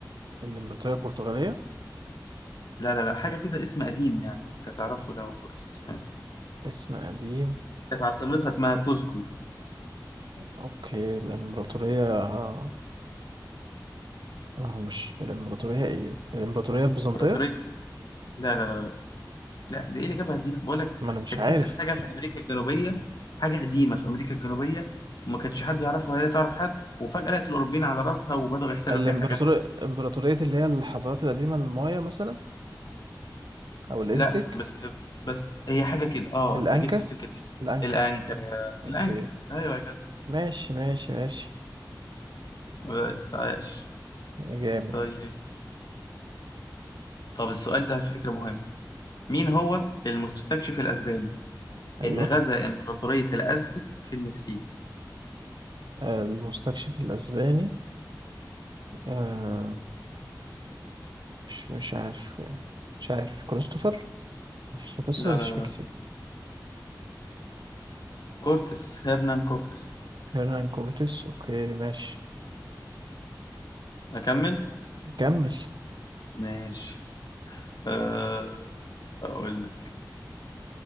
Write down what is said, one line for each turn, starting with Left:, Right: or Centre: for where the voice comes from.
Right: الإمبراطورية البرتغالية
Left: لا لا لا حاجة كده اسم قديم يعني أنت تعرفه لو سمعت
Right: اسم قديم
Left: كانت عاصمتها اسمها كوزكو
Right: اوكي الإمبراطورية اه هو مش الإمبراطورية ايه الإمبراطورية البيزنطية
Left: إمبراطورية لا لا لا لا ده ايه اللي جابها دي بقول لك
Right: ما انا مش
Left: كانت
Right: عارف
Left: حته حاجه في امريكا الجنوبيه حاجه قديمه في امريكا الجنوبيه وما كانش حد يعرفها ولا تعرف حد وفجاه لقت الاوروبيين على راسها وبداوا يحتلوا
Right: الامبراطورية
Left: فيها حاجات وكده
Right: امبراطورية اللي هي الحضارات القديمة المايا مثلا او الازتك
Left: لا بس بس هي حاجه كده اه
Right: الانكا
Left: انت جيت في السكه دي
Right: الانكا
Left: الانكا
Right: اوكي
Left: الانكا ايوه كده
Right: ماشي ماشي ماشي
Left: بس عايش
Right: جامد
Left: طيب طب السؤال ده على فكره مهم مين هو المستكشف الاسباني
Right: ايوه
Left: اللي غزا امبراطوريه الازتك في المكسيك
Right: المستكشف الاسباني آه مش مش عارف مش عارف كريستوفر مش كريستوفر
Left: لا
Right: مش
Left: لا لا
Right: ميكسي
Left: لا. كورتس هرنان كورتس
Right: هيرنان كورتيس اوكي ماشي
Left: اكمل
Right: كمل
Left: ماشي آه، أقول لك